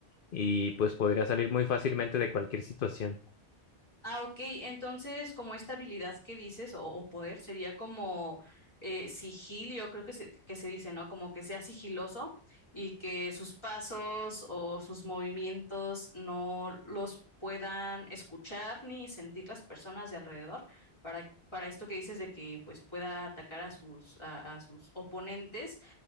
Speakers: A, on the left; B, on the left.
A: y pues podría salir muy fácilmente de cualquier situación.
B: Ah, ok. Entonces, como esta habilidad que dices, o, o poder, sería como eh, sigilio, creo que se, que se dice, ¿no? Como que sea sigiloso y que sus pasos o sus movimientos no los puedan escuchar ni sentir las personas de alrededor para, para esto que dices de que pues pueda atacar a sus, a a sus oponentes